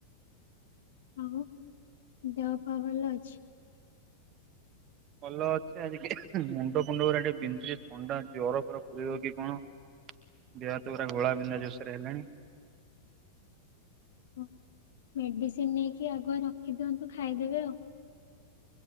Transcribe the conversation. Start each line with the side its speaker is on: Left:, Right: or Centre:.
Left: ଆଉ ଦେହ ପା ଭଲ ଅଛି।
Right: ଭଲ ଅଛି ଆଜି ମୁଣ୍ଡ ଫୁଣ୍ଡ ପୁରା ଟିକେ ବିନ୍ଧୁଛି ଥଣ୍ଡା ଜର ଫର ପୁୁରିବ କି କଣ ଦେହାତ ପୁରା ଘୋଳା ବିନ୍ଧା ଜୋସରେ ହେଲାଣି।
Left: ଓ ମେଡିସିନ ନେଇକି ଆଗୁଆ ରଖିଦିଅନ୍ତୁ ଖାଇଦେବେ ଆଉ